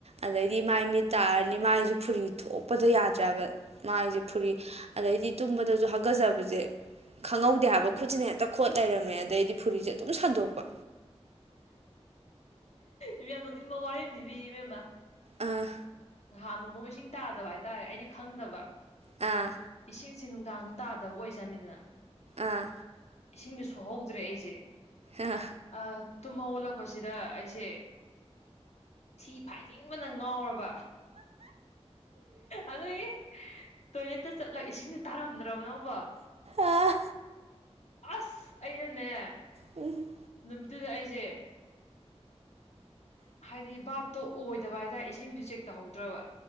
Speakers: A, on the right; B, on the left.
A: ꯑꯗꯩꯗꯤ ꯃꯥꯏ ꯃꯤꯠ ꯇꯥꯔꯅꯤ ꯃꯥꯏꯁꯨꯦ ꯐꯨꯔꯤ ꯊꯣꯛꯄꯗ ꯌꯥꯗ꯭ꯔꯕ ꯃꯥꯏꯁꯦ ꯐꯨꯔꯤ ꯑꯗꯩꯗꯤ ꯇꯨꯝꯕꯗꯁꯨ ꯍꯥꯀꯠꯆꯕꯁꯦ ꯈꯪꯍꯧꯗꯦ ꯍꯥꯏꯕ ꯈꯨꯠꯁꯤꯅ ꯍꯦꯛꯇ ꯈꯣꯠ ꯂꯩꯔꯝꯃꯦ ꯑꯗꯩꯗꯤ ꯐꯨꯔꯤꯁꯦ ꯑꯗꯨꯝ ꯁꯟꯗꯣꯛꯄ
B: ꯏꯕꯦꯝ ꯅꯣꯛꯅꯤꯡꯕ ꯋꯥꯔꯤꯅꯤ ꯑꯃ ꯂꯤꯕꯤꯒꯦ ꯏꯕꯦꯝꯃ
A: ꯑꯥ
B: ꯅꯍꯥꯟ ꯅꯣꯡꯃ ꯏꯁꯤꯡ ꯇꯥꯗꯕ ꯍꯥꯏꯇꯥꯔꯦ ꯑꯩꯗꯤ ꯈꯪꯗꯕ
A: ꯑꯥ
B: ꯏꯁꯤꯡꯁꯦ ꯅꯨꯡꯗꯥꯡꯗ ꯇꯥꯗꯕ ꯑꯣꯏꯖꯥꯅꯤꯗꯅ
A: ꯑꯥ
B: ꯏꯁꯤꯡꯗꯨ ꯁꯣꯛꯍꯧꯗ꯭ꯔꯦ ꯑꯩꯁꯦ
A: ꯑꯥ
B: ꯑꯤ ꯇꯨꯝ ꯍꯧꯒꯠꯂꯛꯄꯁꯤꯗ ꯑꯩꯁꯦ ꯊꯤ ꯐꯥꯏꯅꯤꯡꯕꯅ ꯉꯥꯎꯔꯕ ꯑꯗꯨꯒꯤ ꯇꯣꯏꯂꯦꯠꯇ ꯆꯠꯂꯒ ꯏꯁꯤꯡꯁꯦ ꯇꯥꯔꯝꯗ꯭ꯔꯕ ꯅꯪꯕꯣ
A: ꯑꯥ
B: ꯑꯁ ꯑꯩꯅꯅꯦ
A: ꯎ
B: ꯅꯨꯃꯤꯠꯇꯨꯗ ꯑꯩꯁꯦ ꯍꯥꯏꯗꯤ ꯚꯥꯞꯇꯣ ꯑꯣꯏꯗꯕ ꯍꯥꯏꯇꯥꯔꯦ ꯏꯁꯤꯡꯁꯨ ꯆꯦꯛ ꯇꯧꯍꯧꯗ꯭ꯔꯕ